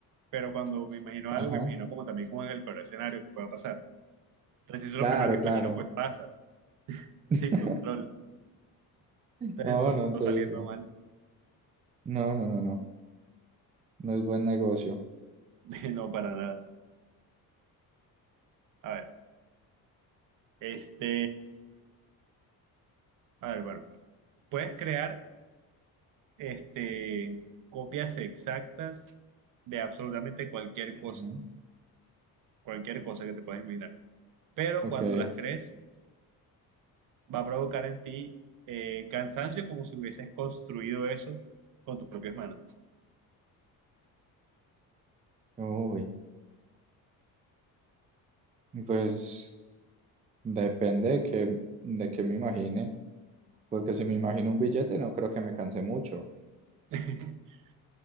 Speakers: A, on the right; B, on the right.
A: pero cuando me imagino algo,
B: ajá,
A: me imagino como también como en el peor escenario que pueda pasar. Entonces, si eso es
B: claro,
A: lo primero que imagino,
B: claro.
A: pues pasa,
B: <laughs>
A: sin control. Entonces,
B: No,
A: no,
B: no, entonces,
A: todo saliendo mal.
B: no, no, no, no. No es buen negocio.
A: <laughs> No, para nada. A ver, este, a ver, bueno, puedes crear este, copias exactas de absolutamente cualquier
B: Ujú.
A: cosa, cualquier cosa que te puedas imaginar. Pero
B: Ok.
A: cuando las crees, va a provocar en ti eh, cansancio como si hubieses construido eso con tus propias manos.
B: Uy, pues depende de que de que me imagine, porque si me imagino un billete no creo que me canse mucho.
A: <laughs>